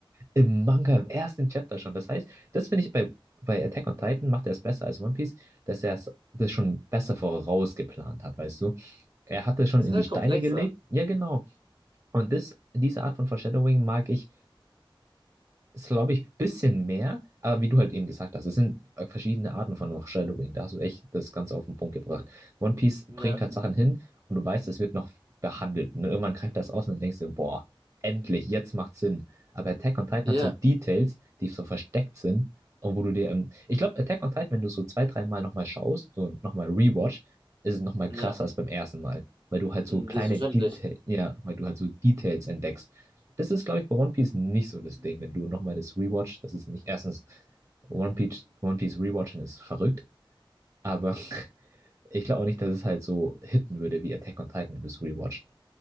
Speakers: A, on the right; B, on the right.
A: im Manga, im ersten Chapter schon. Das heißt, das finde ich bei, bei Attack on Titan macht er es besser als One Piece, dass er es- das schon besser vorausgeplant hat, weißt du? Er hatte schon
B: Es
A: in
B: ist halt
A: die Steine
B: komplexer.
A: gelegt. Ja, genau. Und das, diese Art von Foreshadowing mag ich ist, glaube ich, ein bisschen mehr, aber wie du halt eben gesagt hast, es sind verschiedene Arten von Foreshadowing. Da hast du echt das Ganze auf den Punkt gebracht. One Piece
B: Ja,
A: bringt halt Sachen hin und du weißt, es wird noch behandelt. Und irgendwann greift das aus und dann denkst du, boah, endlich, jetzt macht Sinn. Aber Attack on Titan
B: ja,
A: hat so Details, die so versteckt sind und wo du dir, ähm, ich glaube, Attack on Titan, wenn du so zwei, dreimal nochmal schaust, so nochmal rewatch, ist es nochmal krasser
B: ja.
A: als beim ersten Mal, weil du halt so
B: Mm,
A: kleine
B: Selbstverständlich.
A: Details, ja, weil du halt so Details entdeckst. Das ist, glaube ich, bei One Piece nicht so das Ding, wenn du nochmal das Rewatch, das ist nicht, erstens, One Piece, One Piece Rewatchen ist verrückt, aber <laughs> ich glaube auch nicht, dass es halt so hitten würde wie Attack on Titan, wenn du es rewatcht.